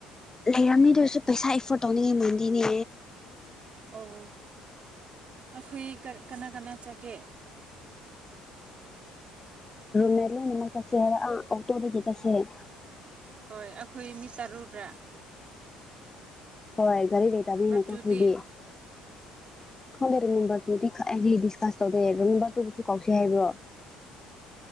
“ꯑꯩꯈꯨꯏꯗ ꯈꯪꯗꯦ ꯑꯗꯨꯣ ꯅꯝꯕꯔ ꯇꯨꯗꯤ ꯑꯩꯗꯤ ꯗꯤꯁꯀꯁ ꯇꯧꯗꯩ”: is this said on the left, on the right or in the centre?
Left